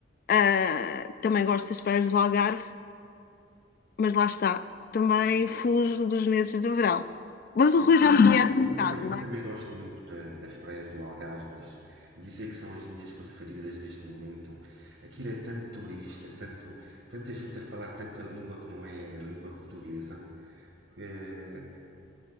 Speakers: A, on the left (about 50°); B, on the right (about 80°).
A: ah, também gosto das praias do Algarve, mas lá está, também fujo dos meses de verão. Mas o Rui
B: É,
A: já me conhece
B: eu
A: um bocado,
B: também, eu
A: não
B: também
A: é?
B: gosto muito da- das praias do Algarve, mas dizer que são as minhas preferidas neste momento. Aquilo é tanto turista, tanto, tanta gente a falar tanta língua que não é a língua portuguesa, que eh,